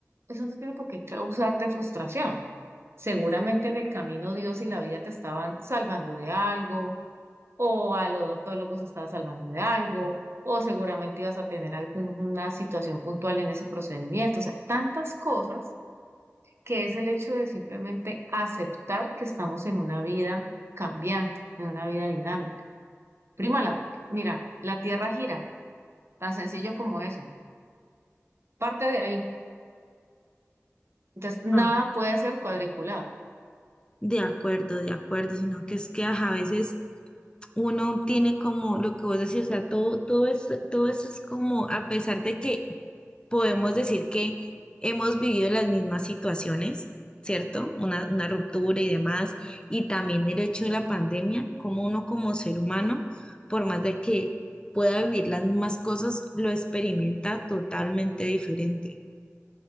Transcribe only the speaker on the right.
eso no tiene por qué causarte frustración. Seguramente en el camino Dios y la vida te estaban salvando de algo, o al odontólogo se estaba salvando de algo, o seguramente ibas a tener alguna situación puntual en ese procedimiento. O sea, tantas cosas que es el hecho de simplemente aceptar que estamos en una vida cambiante, en una vida dinámica. Prima, la- mira, la Tierra gira, tan sencillo como eso. Parte de ahí. Entonces, nada
puede ser cuadriculado.